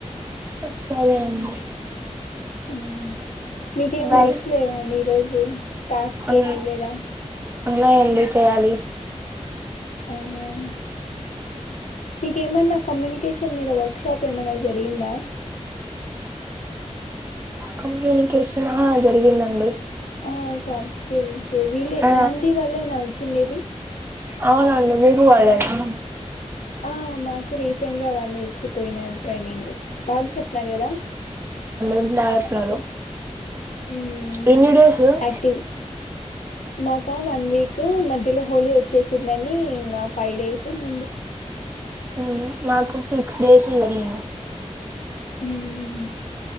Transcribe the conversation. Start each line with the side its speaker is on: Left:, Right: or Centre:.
Right: అక్ సరే అండి.
Left: ఉహ్మ్ మీకేం
Right: బాయ్
Left: వర్క్స్ లేవా అండి, ఈరోజు? రూమ్. టాస్క్
Right: ఉన్
Left: ఏమి లేదా?
Right: ఉన్నాయండి, చేయాలి.
Left: అవ్, మీకేమన్నా కమ్యూని వెకేషన్ మీద వర్క్‌షాప్ ఏమైనా జరిగిందా?
Right: కమ్యూనికేషన్ ఆ జరిగిందండి.
Left: ఆ, సాఫ్. స్కిల్స్ వీళ్ళే
Right: ఆ
Left: నాంది వాళ్ళేనా వచ్చిండేది. !?
Right: అవునండి! మీకు వల్లేనా.?
Left: ఆ మా. కు రీసెంట్గా వాళ్ళే ఇచ్చిపోయినర్ ట్రైనింగ్ బాగ్ చెప్తున్నారు గదా!.
Right: ఉండవసలు.
Left: మ్మ్
Right: ఎన్ని డేసు.? !
Left: యాక్టివ్ మాకా వన్ వీక్ మధ్యలో హోలీ ఓచ్చేసిందని ఇంగ ఫైవ్ డేస్ ఉండింది.
Right: ఊ మాకు. సిక్స్ డేస్ జరిగింది.
Left: ఉహు,